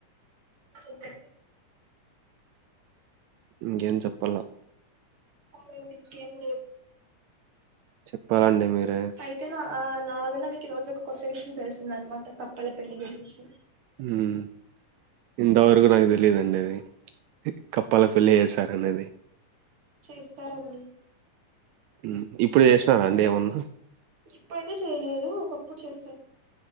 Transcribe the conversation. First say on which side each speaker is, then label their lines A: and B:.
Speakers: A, on the right (about 45°); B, on the right (about 80°).
A: ఇంకేంటి
B: ఇంకేం చెప్పాల్ల
A: అవునండి ఇంకేం లేదు
B: చెప్పాలండి మీరే
A: అయితే నా ఆ నా వలన మీకు ఈ రోజు ఒక కొత్త విషయం తెలిసిందనమాట కప్పల పెళ్లి గురించి
B: ఊ ఇంతవరకు నాకు తెలిదండి అది కప్పల పెళ్లి చేస్తారనేది
A: చేస్తారండి
B: ఉ ఇప్పుడు చేసినారా అండి ఏమన్నా
A: ఇప్పుడైతే చేయలేదు ఒకప్పుడు చేస్త